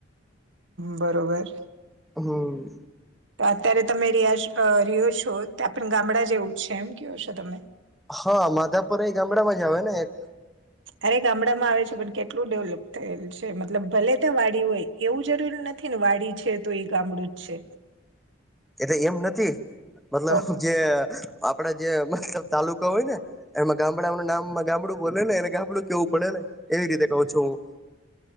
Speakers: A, on the right; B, in the centre.
A: બરોબર.
B: હમમ
A: તો અત્યારે તમે રીયા રિયો છો ત્યાં પણ ગામડા જેવું છે એમ કેવો છો તમે.
B: હા માધાપુરા એ ગામડામાં જ આવે ને એક
A: અરે ગામડામાં આવે છે પણ કેટલું ડેવલપ થયેલ છે મતલબ ભલે ત્યાં વાડી હોય એવું જરૂરી નથી ને વાડી છે તો ઈ ગામડું જ છે.
B: એટલે એમ નથી મતલબ
A: તો
B: કે આપડે જે મતલબ તાલુકા હોય ને એમાં ગામડાઓ નું નામમાં ગામડું બોલે ને એને ગામડું કેવું પડે ને એવી રીતે કવ છું હું